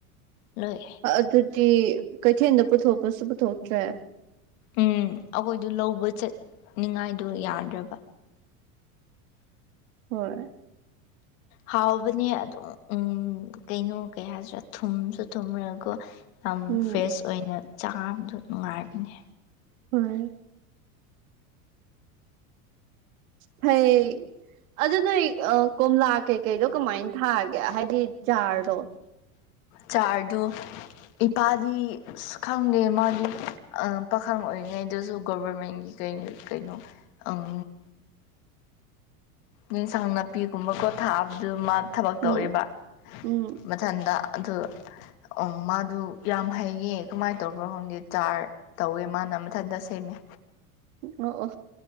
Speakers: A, on the left; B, on the right.
A: ꯅꯣꯏ
B: ꯑꯗꯨꯗꯤ ꯀꯩꯊꯦꯜꯗ ꯄꯨꯊꯣꯛꯄꯁꯨ ꯄꯨꯊꯣꯛꯇ꯭ꯔꯦ
A: ꯎꯝ ꯑꯩꯈꯣꯏꯗꯨ ꯂꯧꯕ ꯆꯠꯅꯤꯉꯥꯏꯗ ꯌꯥꯗ꯭ꯔꯕ
B: ꯍꯣꯏ
A: ꯍꯥꯎꯕꯅꯦ ꯑꯗꯨꯝ ꯎ ꯀꯩꯅꯣ ꯀꯩ ꯍꯥꯏꯁꯤꯔꯥ ꯊꯨꯝꯁꯨ ꯊꯨꯝꯃꯒꯣ ꯌꯥꯝ
B: ꯎꯝ
A: ꯐ꯭ꯔꯦꯁ ꯑꯣꯏꯅ ꯆꯥꯕꯗꯣ ꯅꯨꯡꯉꯥꯏꯕꯅꯦ
B: ꯍꯣꯏ ꯐꯩ ꯑꯗꯨ ꯅꯣꯏ ꯀꯣꯝꯂꯥ ꯀꯩꯀꯩꯗꯣ ꯀꯃꯥꯏꯅ ꯊꯥꯒꯦ ꯍꯥꯏꯗꯤ ꯆꯥꯔꯗꯣ
A: ꯆꯥꯔꯗꯣ ꯏꯄꯥꯗꯤ ꯑꯁ ꯈꯪꯗꯦ ꯃꯥꯗꯤ ꯑꯥ ꯄꯥꯈꯪ ꯑꯣꯏꯔꯤꯉꯩꯗꯁꯨ ꯒꯣꯕꯔꯃꯦꯟꯒꯤ ꯀꯩ ꯀꯩꯅꯣ ꯑꯪ ꯌꯦꯟꯁꯥꯡ ꯅꯥꯄꯤꯒꯨꯝꯕꯀꯣ ꯊꯥꯕꯗꯨ ꯃꯥ ꯊꯕꯛ
B: ꯎꯝ
A: ꯇꯧꯋꯦꯕ
B: ꯎꯝ
A: ꯃꯊꯟꯗ ꯑꯗꯨ ꯑꯝ ꯃꯥꯗꯨ ꯌꯥꯝ ꯍꯩꯌꯦ ꯀꯃꯥꯏꯅ ꯇꯧꯕ꯭ꯔꯣ ꯈꯪꯗꯦ ꯆꯥꯔ ꯇꯧꯋꯦ ꯃꯥꯅ ꯃꯊꯟꯗ ꯁꯦꯃꯦ
B: ꯑꯣ ꯑꯣ